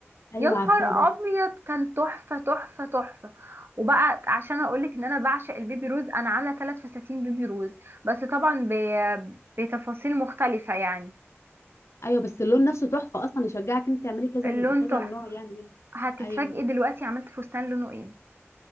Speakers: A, on the left (about 70°); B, on the right (about 50°).
A: ايوه
B: يا نهار
A: عارفاه ده
B: ابيض كان تحفه تحفه تحفه وبقى عشان اقول لك ان انا بعشق البيبي روز انا عامله ثلاث فساتين بيبي روز بس طبعا ب- بتفاصيل مختلفه يعني
A: ايوه بس اللون نفسه تحفه اصلا يشجعك انت تعملي كذا
B: اللون
A: كذا
B: تحفه
A: نوع يعني منه
B: هتتفاجئي
A: ايوه
B: دلوقتي عملت فستان لونه ايه